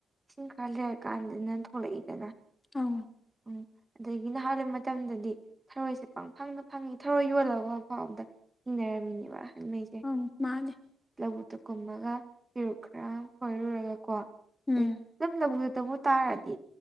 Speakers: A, on the right; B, on the left.
A: ꯏꯁꯤꯡ ꯈꯔ ꯂꯩꯔꯀꯥꯟꯗꯅ ꯊꯣꯛꯂꯛꯏꯗꯅ
B: ꯑꯪ
A: ꯎꯝ ꯑꯗꯒꯤ ꯅꯍꯥꯟ ꯃꯇꯝꯗꯗꯤ ꯊꯔꯣꯏꯁꯤ ꯄꯪꯐꯪꯗ ꯐꯪꯏ ꯊꯔꯣꯏ ꯌꯣꯜꯂꯒ <unintelligible> ꯍꯤꯡꯅꯔꯝꯃꯤꯅꯦꯕ ꯑꯍꯟꯃꯩꯁꯦ
B: ꯑꯪ ꯃꯥꯅꯦ
A: ꯂꯧꯕꯨꯛꯇ ꯀꯨꯝꯃꯒ ꯄꯦꯔꯨꯛ ꯈꯔ ꯐꯣꯏꯔꯨꯔꯒꯀꯣ ꯑꯗꯩ
B: ꯎꯝ
A: ꯑꯗꯨꯝ ꯂꯧꯕꯨꯛꯇꯕꯨ ꯇꯥꯔꯗꯤ